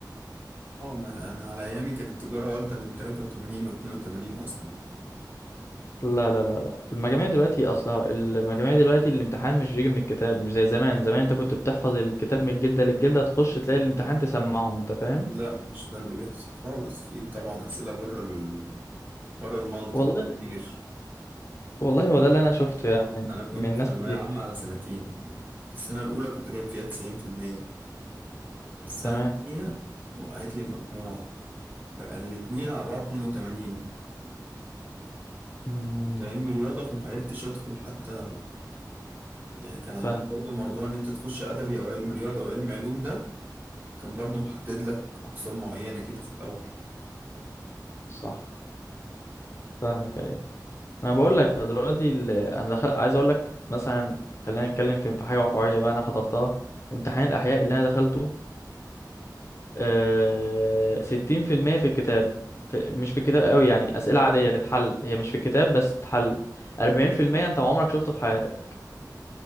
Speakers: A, on the right; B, on the left.
A: اه ما أنا على أيامي كانت التجارة واخدة من تلاتة وتمانين واتنين وتمانين أصلا
B: لا لا لا لا المجاميع دلوقتي اصلا المجاميع دلوقتي الامتحان مش بيجي من الكتاب مش زي زمان زمان انت كنت بتحفظ الكتاب من الجلدة للجلدة تخش تلاقي الامتحان تسمعهم انت فاهم
A: لا مش ده اللي بيحصل خالص في طبعا أسئلة بره ال... بره المنطق
B: والله
A: كتير
B: والله هو ده اللي انا شفته يعني
A: أنا كنت
B: من ناس
A: ثانوية
B: كتير
A: عامة على سنتين السنة الأولى كنت جايب فيها تسعين في المية السنة
B: تمام
A: التانية وقعت لي المجموع بقى الاتنين على بعض اتنين وتمانين
B: مم،
A: كنت علمي رياضة فمعرفتش أدخل حتى يعني كان عندنا
B: فاهمك
A: برضه موضوع إن أنت تخش أدبي أو علم رياضة وعلم علوم ده كان برضو محدد لك أقسام معينة كده في الأول
B: صح فاهمك انا بقول لك فدلوقتي ال- انا دخل... عايز اقول لك مثلا خلينا نتكلم في في حاجه واقعيه بقى انا حضرتها امتحان الاحياء اللي انا دخلته آه... ستين في المية في الكتاب في... مش في الكتاب قوي يعني اسئله عاديه تتحل هي مش في الكتاب بس تتحل أربعين في المية انت ما عمرك شفته في حياتك